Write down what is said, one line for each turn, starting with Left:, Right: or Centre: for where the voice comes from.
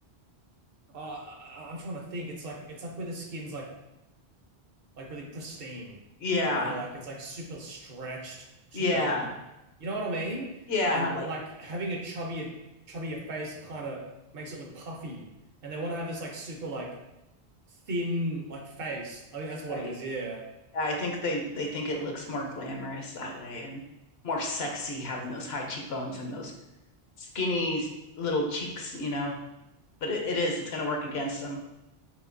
Right: uh, I- I'm trying to think. It's like it's like where the skin's like like really pristine,
Left: Yeah.
Right: you know, like it's like super stretched, super
Left: Yeah.
Right: like you know what I mean?
Left: Yeah,
Right: And
Left: like
Right: like having a chubbier chubbier face kind of makes it look puffy. And they want to have this like super like thin like face. I think that's what
Left: right.
Right: it is. Yeah.
Left: I think they they think it looks more glamorous that way and more sexy having those high cheekbones and those skinny little cheeks, you know. But it, it is, it's gonna work against them.